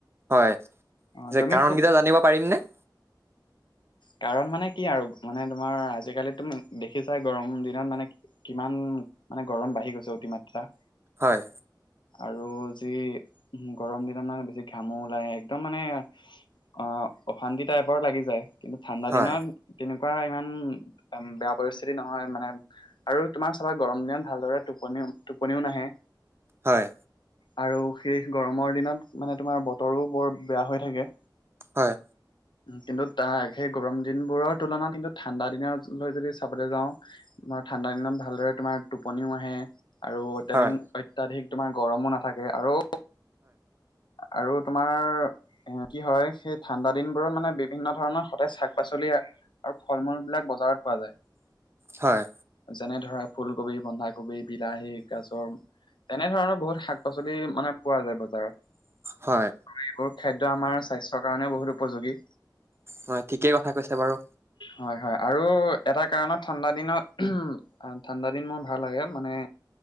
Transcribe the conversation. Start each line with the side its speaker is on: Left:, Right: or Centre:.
Right: হয়,
Left: অ'
Right: যে
Left: তুমি
Right: কাৰণকেইটা
Left: কোন
Right: জানিব পাৰিম নে?
Left: কাৰণ মানে কি আৰু মানে তোমাৰ আজিকালি তুমি দেখিছাই গৰম দিনত মানে কিমান মানে গৰম বাঢ়ি গৈছে অতিমাত্ৰা।
Right: হয়।
Left: আৰু যি গৰম দিনত মানে বেছি ঘামো ওলায়। একদম মানে অঁ! অশান্তি টাইপৰ লাগি যায়। কিন্তু ঠাণ্ডা
Right: হয়
Left: দিনত তেনেকুৱা ইমান বেয়া পৰিস্থিতি নহয় মানে। আৰু তোমাৰ চাবা গৰম দিনত ভালদৰে টোপনিও-টোপনিও নাহে।
Right: হয়।
Left: আৰু সেই গৰমৰ দিনত মানে তোমাৰ বতৰো বৰ বেয়া হৈ থাকে।
Right: হয়।
Left: কিন্তু তাৰ সেই গৰম দিনবোৰৰ তুলনাত কিন্তু ঠাণ্ডা দিনবোৰ যদি চাবলৈ যাওঁ তোমাৰ ঠাণ্ডা দিনত ভালদৰে তোমাৰ টোপনিও আহে। আৰু অত্যাদিন
Right: হয়
Left: অত্যাধিক তোমাৰ গৰমো নাথাকে আৰু আৰু তোমাৰ কি হয় সেই ঠাণ্ডা দিনবোৰৰ মানে বি বিভিন্ন ধৰণৰ সতেজ শাক-পাচলি আৰু ফল-মূল বিলাক বজাৰত পোৱা যায়।
Right: হয় হয়
Left: যেনে ধৰা ফুলকবি, বন্ধাকবি, বিলাহী, গাজৰ। তেনে ধৰণৰ বহুত শাক-পাচলি মানে পোৱা যায় বজাৰত।
Right: হয়।
Left: আৰু এইবোৰ খাদ্য আমাৰ স্বাস্থ্যৰ কাৰণেও বহুত উপযোগী।
Right: হয়, ঠিকেই কথা কৈছে বাৰু।
Left: হয়-হয়। আৰু এটা কাৰণত ঠাণ্ডা দিনত <unintelligible> ঠাণ্ডা দিন মোৰ ভাল লাগে মানে